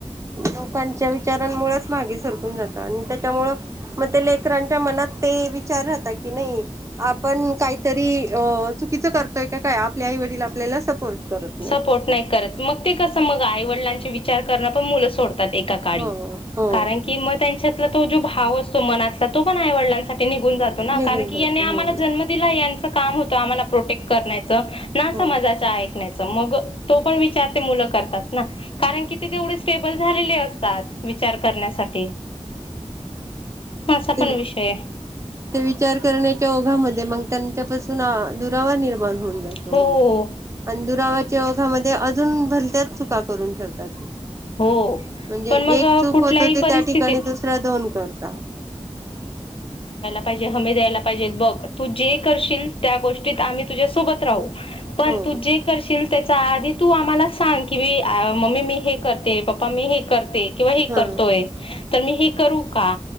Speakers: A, on the right; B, on the left.
A: लोकांच्या विचारांमुळेच मागे सरकून जातं आणि त्यामुळं मग ते लेकरांच्या मनात ते विचार राहत की नाही आपण काहीतरी अह चुकीचं करतोय का काय आपल्या आई वडील आपल्याला सपोर्ट करत नाहीत
B: सपोर्ट नाही करत मग ते कस मग आईवडिलांचे वि विचार करं पण मुलं सोड डतात एकाकाळी
A: हो हो
B: कारण की म त्यांच्यातल तो जो भाव असतो मनातला तो पण आईवडलांसाठी ते निघून जातो ना
A: निघून
B: कारण की
A: जात
B: या
A: हो
B: आम्हाला जन्म दिलाय यांचा काम होतं आम्हाला प्रोटेक्ट करण्याच ना
A: हो
B: समाजाच्या ऐकण्याच मग तो पण विचार ते मुल करतात ना कारण की ते तेवढे स्टेबल झालेले अस तात विचार करण्यासाठी असा
A: ते
B: पण विषय आहे.
A: ते विचार करण्याच्या ओघामध्ये मग त्यांच्यापासून <unintelligible> <unintelligible>
B: हो
A: च्या ओघामध्ये अजून भलत्याच चुका करून ठेवतात ते
B: हो
A: म्हणजे
B: पण
A: एक
B: मग
A: चूक
B: कुठल्याही
A: होतो ते
B: परिस्थितीत
A: त्या ठिकाणी दुसरा दोन कर <unintelligible>
B: अशी हमी द्यायला पाहिजे बघ तू जे करशील त्या गोष्टीत आम्ही तुझ्या सोबत राहू पण
A: हो
B: तू जे करशील त्या च्या आधी तू आम्हाला सांग की मी मम्मी मी हे करते, पप्पा मी हे करते किंवा हे
A: हा
B: करतोय तर मी हे करू का?